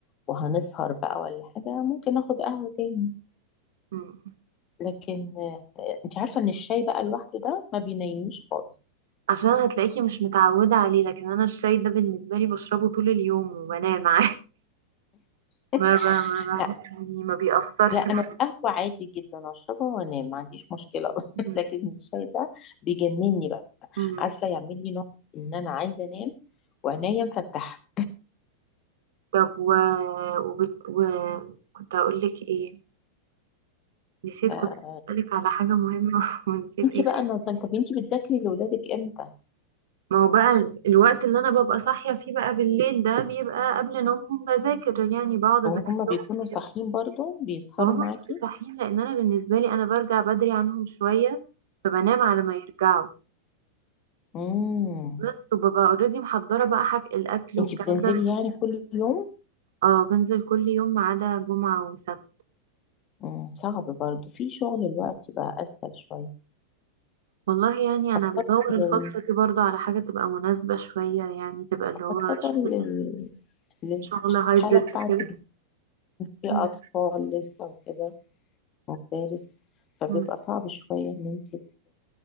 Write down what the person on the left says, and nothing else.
وهنسهر بقى ولا حاجة ممكن اخد قهوة تاني
لكن آه، انت عارفة ان الشاي بقى لوحده ده ما بينيمنيش خالص
<laughs>
لا
لا انا
القهوه عادي جدا اشربها وانام ما عنديش مشكله <laughs>
لكن الشاي ده بيجنني بقى
عارفه يعمل لي نوع ان انا عايزه انام وعينيا مفتحه
فانت
بقى نظمت طب انت بتذاكري لاولادك امتى
وهم بيكونوا
صاحيين
برضو بيسهروا
معاكي
امم
انت
بتنزلي
يعني كل يوم
مم. صعب برضو في شغل الوقت بقى اسهل شويه
خاصه
لل...
خاصه
لل... للحاله
بتاعتك
في
أطفال لسه وكده مدارس فبيبقى
صعب شوية إن أنت